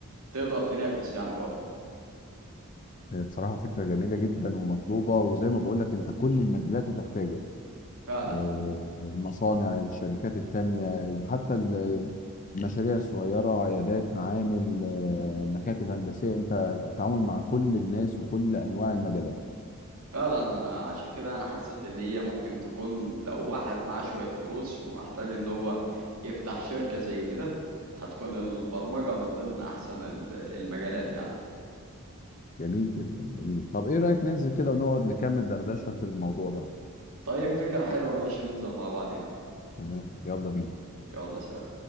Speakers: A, on the right; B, on the left.
A: تقدر تنافس يعني بره
B: بصراحة فكرة جميلة جدا ومطلوبة وزي ما بقول لك انت كل المجالات هتحتاجك
A: فعلا
B: آه، المصانع الشركات التانية يعني حتى المشاريع الصغيرة عيادات معامل آه، مكاتب هندسية انت التعامل مع كل الناس وكل انواع المجالات
A: فعلا ما انا عشان كده انا حسيت ان هي ممكن تكون لو واحد معاه شوية فلوس ومحتاج ان هو يفتح شركة زي كده هتكون البرمجة من ضمن احسن ال- المجالات يعني
B: جميل جدا جميل طب ايه رأيك ننزل كده ونقعد نكمل دردشة في الموضوع ده
A: طيب فكرة حلوة ماشي ننزل مع بعضينا
B: تمام يلا بينا
A: يلا سلام